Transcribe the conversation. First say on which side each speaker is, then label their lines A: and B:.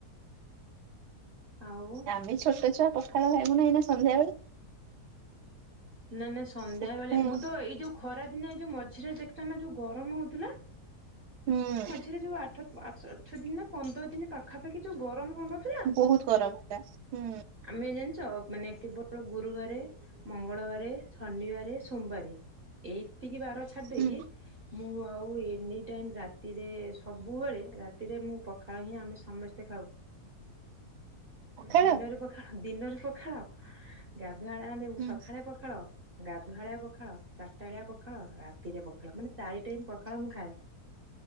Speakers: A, on the right (about 40°); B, on the right (about 80°).
A: ଆଉ
B: ଆମେ ଛୋଟ ଛୁଆ ପଖାଳ ଖାଇବୁ ନା ଏଇନା ସନ୍ଧ୍ୟାବେଳେ।
A: ନା ନା ସନ୍ଧ୍ୟା
B: ସେଥିପାଇଁ
A: ବେଳେ ମୁଁ
B: ଆଉ।
A: ତ ଏଇ ଯୋଉ ଖରା ଦିନ ଏଇ ଯୋଉ ମଝିରେ ଦେଖିଚନା ଯୋଉ ଗରମ ହଉଥିଲା।
B: ହୁଁ
A: ମଝିରେ ଯୋଉ ଆଠ ଅଠ ଦିନ ନା ପନ୍ଦର ଦିନ ପାଖାପାଖି ଯୋଉ ଗରମ ହଉନଥିଲା
B: ବହୁତ ଗରମ ହେଲା ହୁଁ
A: ଆମେ ଜାଣିଚ ମାନେ କେବଳ ଗୁରୁବାରେ ମଙ୍ଗଳବାରେ ଶନିବାରେ ସୋମବାର ଏଇତିକି ବାର ଛାଡି ଦେଇକି
B: ହୁଁ
A: ମୁଁ ଆଉ ଏନି ଟାଇମ ରାତି ରାତିରେ ସବୁବେଳେ ରାତିରେ ମୁଁ ପଖାଳ ହିଁ ଆମେ ସମସ୍ତେ ଖାଉ।
B: ପଖାଳ
A: ଦିନରେ ପଖାଳ ଦିନରେ ପଖାଳ ଗାଧୁଆଳ ଆମେ
B: ହୁଁ
A: ସକାଳେ ପଖାଳ ଗାଧୁଆଳିଆ ପଖାଳ ଚାରିଟାଳିଆ ପଖାଳ ରାତିରେ ପଖାଳ ମାନେ ଚାରି ଟାଇମ ପଖାଳ ମୁଁ ଖାଏ।